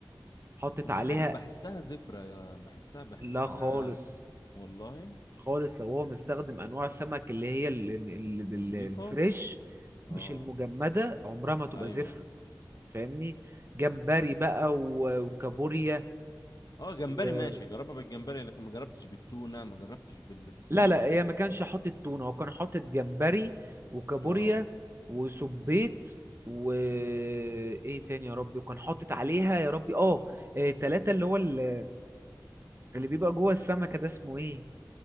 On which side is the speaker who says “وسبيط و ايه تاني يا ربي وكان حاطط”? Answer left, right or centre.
Right